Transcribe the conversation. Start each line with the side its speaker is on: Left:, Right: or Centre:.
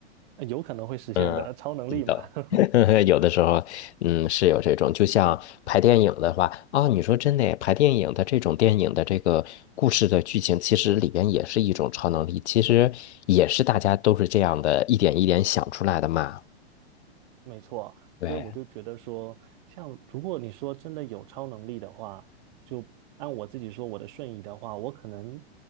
Right: 有可能会实现的超能力嘛。
Left: 嗯，是的，
Right: <laughs>
Left: <laughs> 有的时候，嗯，是有这种，就像拍电影的话，啊、你说真的耶拍电影的这种电影的这个故事的剧情，其实里边也是一种超能力，其实也是大家都是这样的，一点一点想出来的嘛。
Right: 没错，
Left: 对，
Right: 所以我就觉得说，像如果你说真的有超能力的话，就按我自己说我的瞬移的话，我可能